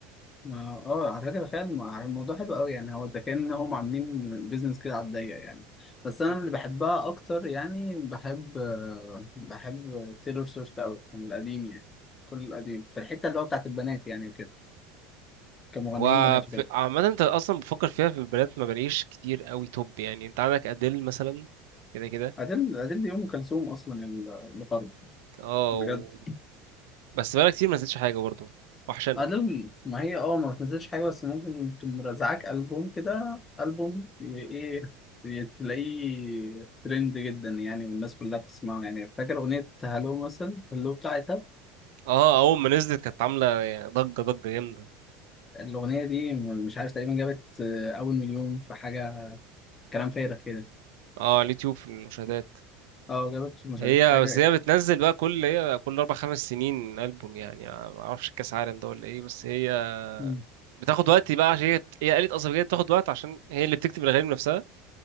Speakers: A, on the left; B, on the right.
A: ما- اه على فكرة تخيل الم- الموضوع حلو قوي يعني هو ده كأن هم عاملين بيزنس كده على الضيق يعني بس أنا
B: يعني
A: اللي بحبها أكتر يعني بحب آه، بحب تيلور سويفت أوي من القديم يعني كل القديم في الحتة اللي هو بتاعت البنات يعني وكده كمغنيين
B: هو
A: بنات
B: في...
A: وكده
B: عامه انت اصلا بفكر فيها في البنات ما بلاقيش كتير قوي توب يعني انت عندك اديل مثلا كده كده
A: أديل أديل دي أم كلثوم أصلا ال- الغرب
B: اه
A: بجد
B: و... بس بقالها كتير ما نزلتش حاجه برضه وحشان
A: ألبوم
B: والله
A: ما هي اه ما بتنزلش حاجة بس ممكن تقوم مرزعاك ألبوم كده ألبوم ي- ايه ي- تلاقيه ترند جدا يعني والناس كلها بتسمعه يعني فاكر أغنية هالو مثلا هالو بتاعتها
B: اه اول ما نزلت كانت عامله يعني ضجه ضجه جامده
A: الأغنية دي م- مش عارف تقريبا جابت آه، أول مليون في حاجة كلام فارغ كده
B: اه على اليوتيوب في المشاهدات
A: اه جابت مش
B: هي
A: عارف حاجة
B: بس هي بتنزل بقى كل هي كل اربع خمس سنين البوم يعني ما اعرفش كاس عالم ده ولا ايه بس هي
A: مم.
B: بتاخد وقت بقى عشان هي هي آلة أصلا بجد بتاخد وقت عشان هي اللي بتكتب الأغاني بنفسها